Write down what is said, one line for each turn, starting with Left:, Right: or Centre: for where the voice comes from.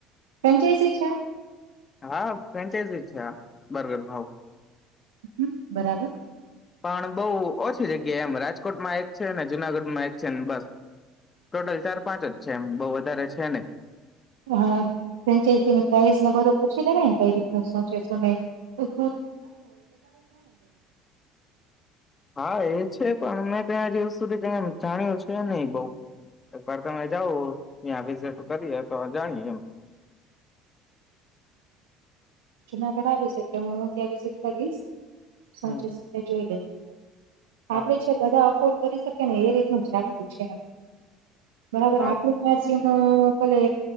Right: ફ્રેન્ચાઈઝી છે
Left: હા ફ્રેન્ચાઈઝ છે આ બર્ગર ભાવ
Right: હમ બરાબર
Left: પણ બહુ ઓછી જગ્યા એમ રાજકોટમાં એક છે ને જુનાગઢમાં એક છે ને બસ ટોટલ ચાર પાંચ જ છે એમ બહ વધારે છે નહી
Right: હા ફન્ચની પ્રઇઝને બધું પૂછી લેવાને કઈ રીત શું છે શું નહ
Left: હા એ છે પણ મેં ક જ સુધી ક જાણ્યું છે નહી બઉ એકવાર તમે જાાવ ત્યાં વિઝિટ કરીએ તો જાણીએ એમ
Right: જૂના કરાવી છે એટલે હું ત્યાં વિઝિટ કરીશ સાચે
Left: હમ
Right: જોઈ લઈ
Left: હા
Right: આપડે છે બધા અફોર્ડ કરી શકી ને એ રીતનું જ રાખવું છે બરાબર
Left: હા
Right: આપું ના કલે